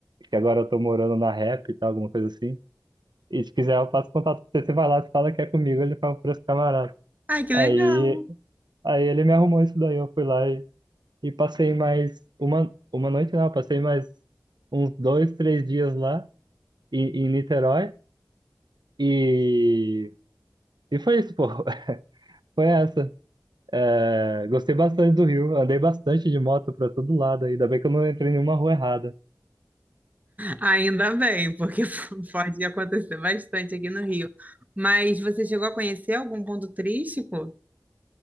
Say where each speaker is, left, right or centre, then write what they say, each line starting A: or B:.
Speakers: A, on the right (about 85°); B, on the right (about 20°).
A: que agora eu tô morando na Rap e tal, alguma coisa assim. E se quiser eu passo contato pra você, você vai lá, você fala que é comigo, ele fala por esse camarada.
B: Ai, que
A: Aí,
B: legal.
A: aí ele me arrumou isso daí, eu fui lá e, e passei mais uma, uma noite não, passei mais uns dois, três dias lá em, em Niterói. E E foi isso, pô. <laughs> Foi essa. É, gostei bastante do Rio. Andei bastante de moto pra todo lado. Ainda bem que eu não entrei em nenhuma rua errada.
B: Ainda bem, porque <laughs> pode acontecer bastante aqui no Rio. Mas você chegou a conhecer algum ponto turístico?